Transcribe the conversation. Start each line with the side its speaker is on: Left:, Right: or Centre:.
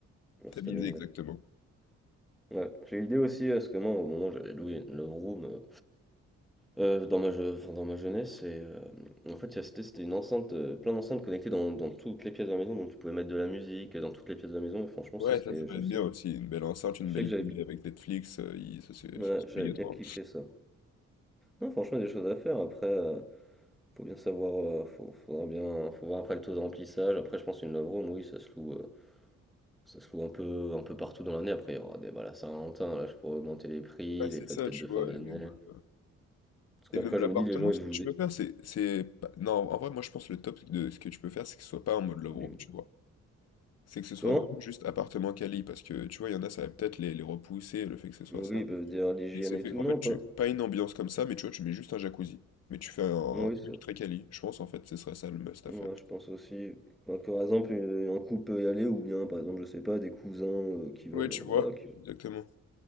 Centre: On
Left: Tamiser
Centre: s'est tamisé.
Left: exactement.
Centre: Ouais. J'ai eu l'idée aussi, euh, parce que moi, au moment, où j'avais loué une love room. euh, Heu, dans ma je enfin dans ma jeunesse et hem, en fait, il y a c'était c'était une enceinte, heu, plein d'enceintes connectées dans dans toutes les pièces de la maison, donc tu pouvais mettre de la musique, heu, dans toutes les pièces de la maison. et Franchement,
Left: Ouais,
Centre: ça c'était
Left: ça, ça peut
Centre: je
Left: être
Centre: sais
Left: bien
Centre: que
Left: aussi. Une belle enceinte, une
Centre: je
Left: belle
Centre: sais que j'avais
Left: télé
Centre: bi
Left: avec Netflix, euh, il- ça, c'est
Centre: ouais,
Left: ça, c'est
Centre: j'avais
Left: obligatoire.
Centre: bien kiffé ça. Non, franchement, il y a des choses à faire. Après, heu, faut bien savoir, heu, faut faudra bien faut voir après le taux de remplissage. Après, je pense une love room, oui, ça se loue, heu, ça se loue un peu un peu partout dans l'année. Après, il y aura des bah, la Saint-Valentin, là, je pourrais augmenter les prix,
Left: Ouais,
Centre: les
Left: c'est
Centre: fêtes
Left: ça,
Centre: peut-être
Left: tu
Centre: de
Left: vois.
Centre: fin d'année.
Left: Et même, euh,
Centre: Parce qu'après,
Left: et même l'appartement,
Centre: je me dis les gens, ils
Left: ce
Centre: jouent
Left: que tu
Centre: des
Left: peux faire, c'est. c'est pas- Non, en vrai, moi, je pense que le top de ce que tu peux faire, c'est que ce soit pas en mode love
Centre: des
Left: room, tu vois. C'est que ce soit
Centre: comment?
Left: vraiment juste appartement quali, parce que tu vois, il y en a, ça va peut-être les, les repousser, le fait que ce soit
Centre: Oui,
Left: ça.
Centre: ils peuvent dire ah, l'hygiène
Left: Et c'est
Centre: et
Left: fait,
Centre: tout,
Left: en
Centre: non
Left: fait,
Centre: pas
Left: tu, pas une ambiance comme ça, mais tu vois, tu mets juste un jacuzzi. Mais tu fais un,
Centre: Oui, ça.
Left: truc très quali. Je pense, en fait, ce serait ça le must
Centre: Moi,
Left: à faire.
Centre: je pense aussi. Enfin, par exemple, euh, un couple peut y aller, ou bien, par exemple, je sais pas, des cousins euh, qui veulent.
Left: Ouais, tu
Centre: euh,
Left: vois,
Centre: Voilà, qui...
Left: exactement.